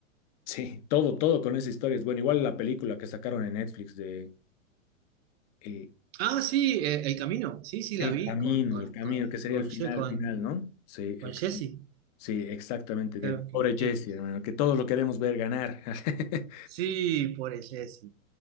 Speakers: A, on the left; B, on the right.
A: Sí, todo, todo con esa historia es bueno. Igual la película que sacaron en Netflix de eh,
B: Ah, sí, eh, El Camino, sí, sí,
A: El
B: la vi
A: Camino,
B: con, con,
A: El Camino,
B: con,
A: que sería
B: con,
A: el final,
B: Ye- con,
A: final, ¿no? Sí,
B: con
A: el Camino.
B: Jesse,
A: Sí, exactamente,
B: claro
A: del pobre
B: que,
A: Jesse,
B: eh,
A: hermano, que todos lo queremos ver ganar. <laughs>
B: sí, pobre Jesse.